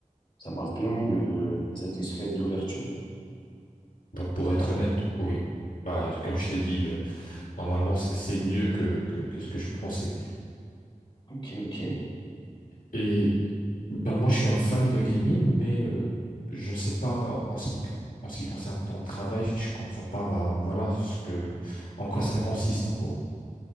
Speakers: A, on the left; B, on the left.
A: Ça marche bien, le... t'es satisfait de l'ouverture.
B: Bah, pour être honnête, oui. Bah, comme je t'ai dit, euh, normalement, c- c'est mieux que, que, que ce que je pensais.
A: Ok, ok.
B: Et bah, moi, je suis un fan de gaming, mais euh, je ne sais pas, en ce qui, en ce qui concerne ton travail, je comprends pas, bah, voilà, ce que, en quoi ça consiste, en gros.